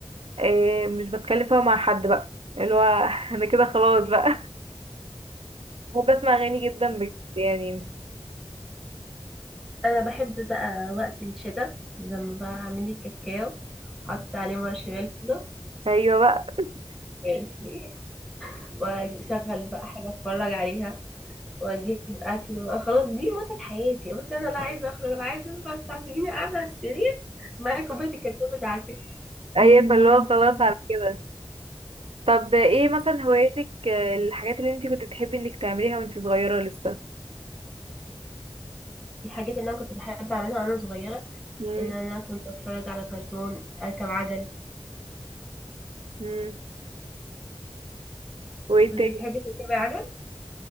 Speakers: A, on the right (about 80°); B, in the centre.
A: آه، مش بتكلم فيها مع حد بقى اللي هو <laughs> انا كده خلاص بقى <laughs> وبسمع اغاني جدا بجد يعني
B: انا بحب بقى وقت الشتاء لما بقى اعمل لي كاكاو احط عليه مارشميلو
A: ايوه بقى
B: ماشي واشغل بقى حاجه اتفرج عليها واجيب اكل بقى خلاص دي متعه حياتي بس انا لا عايزه اخرج انا عايزه بس سيبيني قاعده على السرير معايا كوبايه الكاكاو بتاعتي
A: اي فاللي هو خلاص على كده طب ايه مثلا هواياتك آه، الحاجات اللي انت كنت بتحبي انك تعمليها وانت صغيرة لسه
B: الحاجات اللي انا كنت بحب اعملها وانا صغيره
A: مم.
B: ان انا كنت اتفرج على كرتون اركب عجل
A: مم. وايه
B: كنت
A: تاني
B: بتحبي تركبي عجل